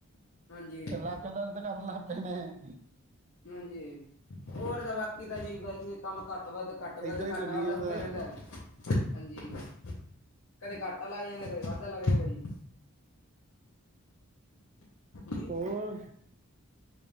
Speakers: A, on the left; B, on the right.
A: ਹਾਂਜੀ
B: ਲੱਕ ਦਰਦ ਕਰਨ ਲੱਗ ਪਏ ਨੇ।
A: ਹਾਂਜੀ, ਹੋਰ ਤਾਂ ਬਾਕੀ ਤਾਂ ਜੀ ਵੈਸੇ ਕੰਮ ਘੱਟ-ਵੱਧ ਘੱਟ-ਵੱਧ,
B: ਏਦਾਂ ਹੀ
A: ਘੱਟਾ-ਵੱਧਾ
B: ਚੱਲੀ ਜਾਂਦਾ
A: ਹੁੰਦਾ ਈ ਰਹਿੰਦਾ
B: ਹੈ।
A: ਐ। ਹਾਂਜੀ, ਕਦੇ ਘੱਟਾ ਲੱਗ ਜਾਂਦਾ ਕਦੇ ਵਾਦਾ ਲੱਗ ਜਾਂਦਾ ਜੀ। ਜੀ
B: ਹੋਰ।